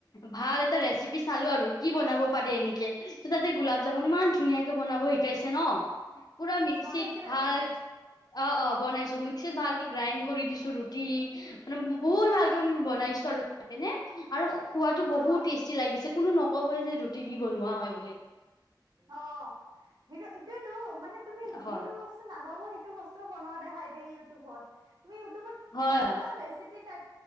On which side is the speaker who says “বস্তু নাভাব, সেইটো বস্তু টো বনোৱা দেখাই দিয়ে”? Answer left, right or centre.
Right